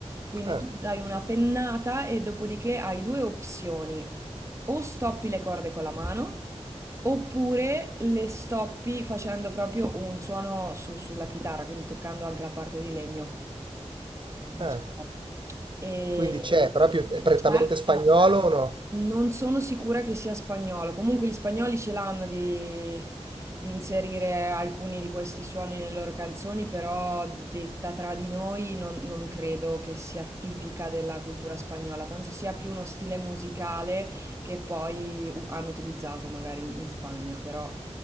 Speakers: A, on the right; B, on the right.
A: Quindi
B: Ah,
A: tu dai una pennata e dopodiché hai due opzioni. O stoppi le corde con la mano, oppure le stoppi facendo proprio un suono su- sulla chitarra, quindi toccando anche la parte di legno diciamo.
B: ah,
A: E
B: quindi c'è, proprio
A: c'è,
B: è prettamente spagnolo
A: c'è, c'è.
B: o no?
A: Non sono sicura che sia spagnolo. Comunque gli spagnoli ce l'hanno di, di inserire alcuni di questi suoni nelle loro canzoni, però detta tra di noi non, non credo che sia tipica della cultura spagnola. Penso sia più uno stile musicale che poi u- hanno utilizzato magari in, in Spagna, però